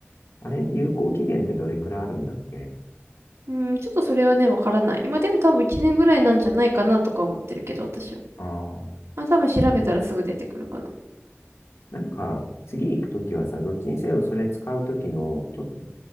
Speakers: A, on the left; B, on the right.
A: あれ、有効期限ってどれくらいあるんだっけ
B: うん、ちょっとそれはね、わからない。まあでも多分1年ぐらいなんじゃないかなとか思ってるけど、私は。
A: ああ、
B: まあ多分調べたらすぐ出てくるかな。
A: なんか、次行くときはさ、どっちにせよそれ使うときの、ちょっと